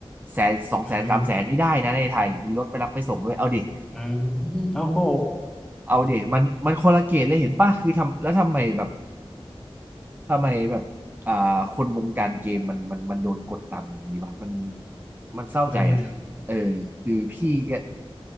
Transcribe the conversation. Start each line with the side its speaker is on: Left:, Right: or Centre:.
Right: แสนสองแสนสามแสนนี่ได้นะในไทยมีรถไปรับไปส่งด้วยเอาดิ
Centre: อืมฮึอืมโอ้โห
Right: เอาดิมันมันคนละเกณฑ์เลยเห็นป่ะคือทำแล้วทำไมแบบทำไมแบบอ่าคนวงการเกมมันมันมันโดนกดต่ำอย่างนี้วะมันมันเศร้าใจนะเออคือพี่ก็
Centre: <laughs> อืม